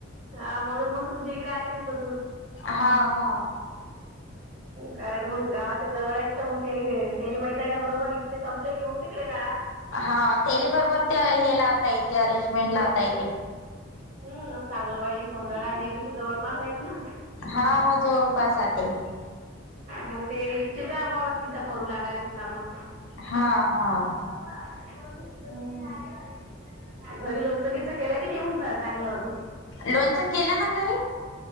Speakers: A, on the right (about 50°); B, on the left (about 70°).
A: हा म्हणून मग तुमच्या इकडे आले नाहीत अजून.
B: हा हा.
A: कारण मग गावाच्या जवळ आहेत तर, मग ते तेले माहित आहे ना बरोबरी. ते संपले की मग तिकडे काढा.
B: हा तेली बरोबर ते हे लावता येते, अरेंजमेंट लावता येते.
A: हम् चांगलवाडी सोंदडा हे कसे जवळपास आहेत ना
B: हा हा जवळ पास हा ते
A: मग ते इच्छेचाबाबा तिथं करू लागाले मग काम मग.
B: हा हा.
A: हं <unintelligible> घरी लोणच गींचं केलंय की, नाहीे चांगलं अजून.
B: लोणचं केलं ना घरी.